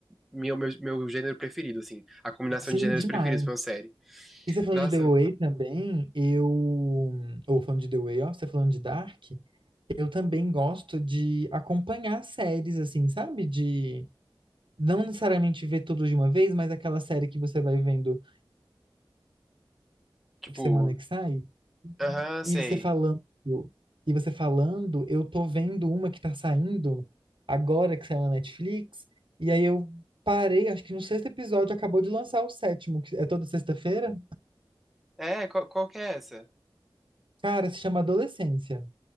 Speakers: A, in the centre; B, on the right (about 70°).
A: meu, meu, meu gênero preferido, assim, a combinação
B: Sim,
A: de gêneros
B: demais.
A: preferidos pra uma série.
B: E você falando
A: Nossa,
B: de The Way também, eu. Ou falando de The Way, ó, você falando de Dark, eu também gosto de acompanhar séries, assim, sabe? De não necessariamente ver tudo de uma vez, mas aquela série que você vai vendo
A: tipo,
B: semana que sai.
A: aham,
B: E
A: sei.
B: você falando, e você falando, eu tô vendo uma que tá saindo agora que saiu na Netflix, e aí eu parei, acho que no sexto episódio acabou de lançar o sétimo, que é toda sexta-feira.
A: É, qual, qual que é essa?
B: Cara, se chama Adolescência.